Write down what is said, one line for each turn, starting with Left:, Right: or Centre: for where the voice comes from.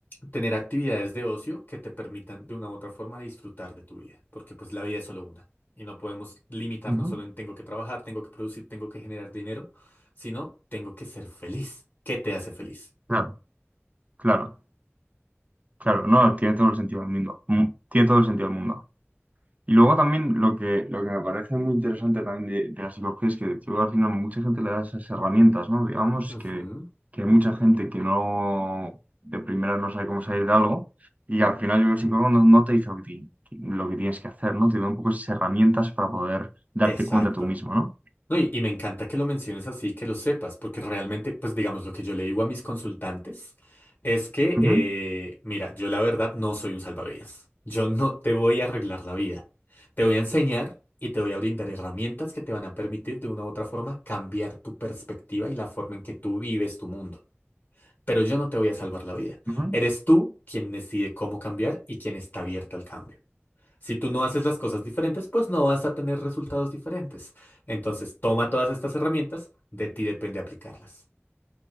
Left: tener actividades de ocio que te permitan de una u otra forma disfrutar de tu vida, porque pues la vida es solo una y no podemos limitarnos
Right: ujú,
Left: solo en tengo que trabajar, tengo que producir, tengo que generar dinero, sino tengo que ser feliz. ¿Qué te hace feliz?
Right: claro, claro, claro, no, tiene todo el sentido del mundo, mm, tiene todo el sentido del mundo. Y luego también lo que, lo que me parece muy interesante también de, de la psicología es que yo, al final mucha gente le da esas herramientas, ¿no? Digamos
Left: Ujú,
Right: que, que hay mucha gente que no de primera no sabe cómo salir de algo y al final yo creo que el psicólogo no, no te dice lo que, ti- lo que tienes que hacer, ¿no? Te da un poco esas herramientas para poder darte
Left: Exacto.
Right: cuenta tú mismo, ¿no?
Left: No, y, y me encanta que lo menciones así, que lo sepas, porque realmente, pues digamos, lo que yo le digo a mis consultantes es que,
Right: Ujú,
Left: eh, mira, yo la verdad no soy un salvavidas. Yo no te voy a arreglar la vida. Te voy a enseñar y te voy a brindar herramientas que te van a permitir de una u otra forma cambiar tu perspectiva y la forma en que tú vives tu mundo. Pero yo no te voy a salvar la vida.
Right: ujú,
Left: Eres tú quien decide cómo cambiar y quien está abierta al cambio. Si tú no haces las cosas diferentes, pues no vas a tener resultados diferentes. Entonces, toma todas estas herramientas, de ti depende aplicarlas.